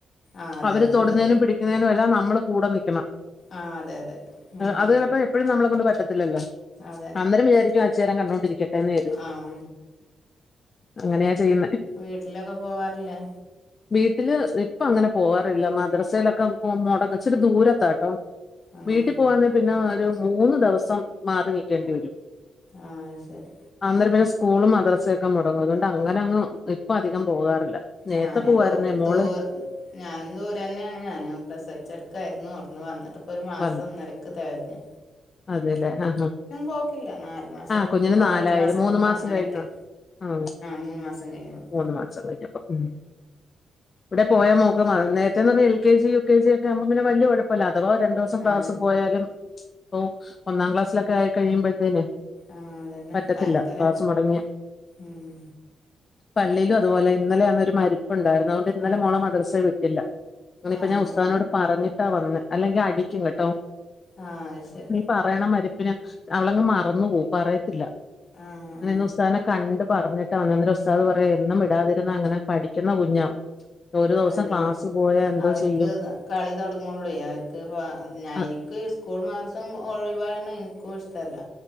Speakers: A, on the left; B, on the left.
A: ആഹ് അതെ
B: അവര്
A: അതുണ്ട്
B: തൊടുന്നേനും പിടി ക്കുന്നെനെല്ലാം നമ്മൾ കൂടെ നിക്കണം
A: ആഹ് അതെ അതെ ഉം
B: അത് ചിലപ്പോ എപ്പ പ്പോഴും നമ്മളെ കൊണ്ട് പറ്റത്തില്ലല്ലോ
A: അതെ
B: അന്നരം വിചാരിക്കും അഇച്ചേരം കണ്ടോണ്ടിരിക്കട്ടെന്ന് എന്ന് കരുതും
A: ആഹ
B: അങ്ങനെയാ ചെയ്യുന്നെ
A: വീട്ടിലൊക്കെ പോവാറില്ലേ?
B: വീട്ടില് ഇപ്പം അങ്ങനെ പോവാറില്ല മദ്രസയിലൊക്കെ പോ മുടങ്ങും ഇച്ചിരി ദൂരത്താട്ടോ
A: ആഹ്
B: വീട്ട്പോവാന്നെ പിന്നെ ഒരു മൂന്നു ദിവസം മാറി നില്ക്കേണ്ടിവരും
A: ആഹ ശരി
B: അന്നേരം പിന്നെ സ്കൂളും മദ്രസൊക്കെ മുടങ്ങും അതുകൊണ്ട് അങ്ങനെ അങ്ങ് ഇപ്പം അധികം പോകാറില്ല നേരത്തെ
A: ഞാനന്തോ
B: പോവായിരുന്നേ മോള്
A: ദൂ ഞാനും ദൂരെ തന്നെയാണ് ഞാനും പ്രസവിച്ചടക്കായിരുന്നു അവിടുന്ന് വന്നിട്ടിപ്പൊ ഒരു മാസം
B: വന്നു
A: ഇന്നലെ ക്കെ തെഴഞ്ഞ്
B: അതെല്ലേ ആാ
A: പോക്കില്ല നാല് മാസം
B: ആഹ
A: കൂടുമ്പോ
B: കുഞ്ഞിന് നാലായിലെ
A: അഞ്ചു
B: മൂന്ന്
A: കൂടുമ്പോ
B: മാസം
A: അങ്ങനെയൊക്കെ
B: കഴിഞ്ഞോ? ആ
A: മൂന്ന് മാസം കഴിഞ്ഞ് പോവും
B: മൂന്ന് മാസം കഴിഞ്ഞുപ്പം ഉം. ഇവിടെ പോയാ മോക്ക് നേരത്തെ പറഞ്ഞാൽ L K G, U K G ഒക്കെ ആകുമ്പോ പിന്ന വല്ല്യ കുഴ പ്പല്ല അഥവാ രണ്ടു ദിവസം ക്ലാസ്
A: ആ
B: പോയാലും ഇപ്പൊ ഒന്നാം ക്ലാസ്സിലൊക്കെ ആയി കഴിയുമ്പോഴത്തേന്
A: ആ അതന്നെ
B: പറ്റത്തില്ല
A: ഭയങ്കര
B: ക്ലാസ് മുടങ്ങിയ
A: ഉം
B: പള്ളിയിലും അതുപോലെ ഇന്നലെ അന്നരു മരിപ്പുണ്ടായിരുന്നു അതുകൊണ്ട് ഇന്നലെ മോളെ മദ്രസൽ വിട്ടില്ല അങ്ങനെ
A: ആ
B: ഞാൻ ഉസ്താദിനോട്
A: ആ
B: പറഞ്ഞിട്ടാ വന്ന് അല്ലെങ്കി അടിക്കും കേട്ടോ
A: ആഹ് അയ്ശരി
B: പറയണ മരപ്പിന് അവളങ്ങ് മറന്നു പോകും പറയത്തില്ല
A: ആഹ് ആഹ്
B: അങ്ങനെ ഉസ്താദിനെ കണ്ട് പറഞ്ഞിട്ട വന്നേ അന്നേരം ഉസ്താദ് പറയാ എന്നും വിടാതിരുന്ന അങ്ങനെ പഠിക്കുന്ന കുഞ്ഞ ഒരു ദിവസം
A: അതന്നെ
B: ക്ലാസ് പോയാ എന്തോ
A: അവർക്ക്
B: ചെയ്യും
A: കളി തൊടങ്ങുള്ളേ അവർക്ക് ഞാൻ
B: അ
A: എനിക്ക് സ്കൂൾ മദ്രസും ഒഴിവാണ് എനിക്കും ഇഷ്ട ട്ടല്ല